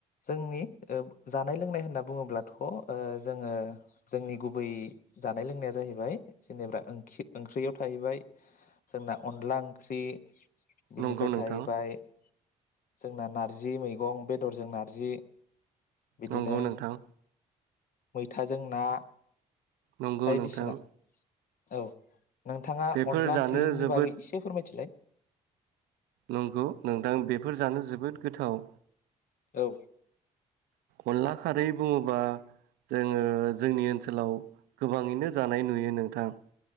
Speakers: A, on the left (about 60°); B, on the right (about 85°).
A: जोंनि ओ जानाय लोंनाय होनना बुङोब्लाथ ओ जोङो जोंनि गुबै जानाय लोंनाया जाहैबाय जेनेबां ओखि ओंख्रियाव थाहैबाय जोंना अनला ओंख्रि बिनिफ्राय
B: नंगौ नोंथां
A: थाहैबाय जोंना नारजि मैगं बेदरजों नारजि बिदिनो
B: नंगौ नोंथां
A: मैथाजों ना
B: नंगौ
A: बायदिसिना
B: नोंथां
A: औ नोंथाङा
B: बेफोर
A: अनला
B: जानो
A: ओंख्रिनि
B: जोबोद
A: बागै एसे फोरमायथिलाय <inaudible>
B: नंगौ नोंथां बेफोर जानो जोबोद गोथाव
A: औ
B: अनला खारै बुङोबा जोङो जोंनि ओनसोलाव गोबाङैनो जानाय नुयो नोंथां